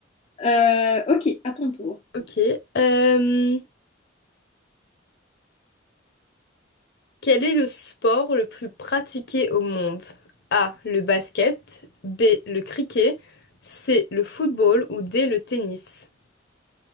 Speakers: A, on the left (about 35°); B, on the left (about 60°).
A: Euh, ok, à ton tour.
B: Ok. euh, quel est le sport le plus pratiqué au monde? A. Le basket. B. Le cricket. C. Le football. Ou D. Le tennis.